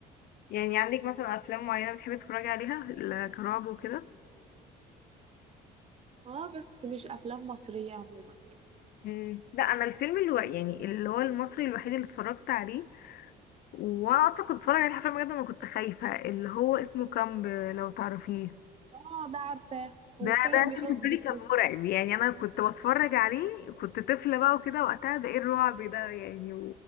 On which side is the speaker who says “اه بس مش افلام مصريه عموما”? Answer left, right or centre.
Right